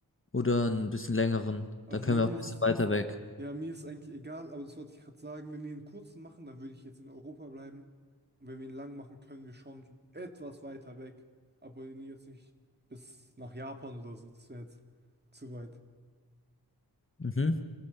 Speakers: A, on the left; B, on the right.
A: oder einen bisschen längeren?
B: Also
A: Da können
B: mir
A: wir auch ein
B: ist
A: bisschen weiter weg.
B: Ja, mir ist eigentlich egal, aber das wollte ich gerade sagen. Wenn wir einen kurzen machen, dann würde ich jetzt in Europa bleiben. Und wenn wir ihn lang machen, können wir schon so etwas weiter weg. Aber ihn jetzt nicht bis nach Japan oder so. Das wäre jetzt zu weit.
A: Mhm.